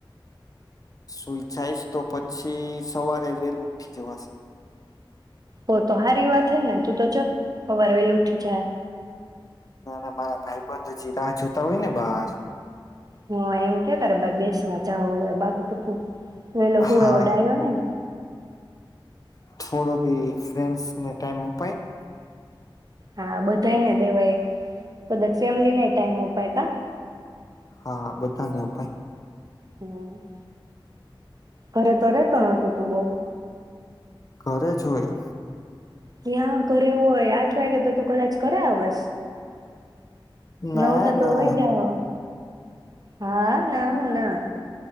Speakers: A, on the left; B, on the right.
A: સુઈ જાઈશ તો પછી સવારે વેલું ઉઠી જવાશે.
B: ઓ તો સારી વાત હે ને તું તો સવારે વેલું ઉઠી જાય.
A: ના ના મારા ભાઈ બન તો હજી રાહ જોતા હોયને બહાર.
B: હ એમ કે ત બેસવા ચ બાકી શું? એ લખું
A: હા
B: એ વડ આવ્યો નઈ.
A: થોડો બી ફ્રેન્ડ્સને ટાઈમ અપાય ને.
B: હા બધાયને દેવાય એક કદાચ ફેમલીને ટાઈમ અપાય તા.
A: હા બધાને અપાય.
B: હમ. ઘરે તો રેતો નથી તું બઉ.
A: ઘરે જ હોય.
B: ત્યાં ઘરે હોય આઠ વાગે તો તું કદાચ કરે આવશ.
A: ના
B: નવ થતો
A: ના
B: હોય જા. હા ના હું ના.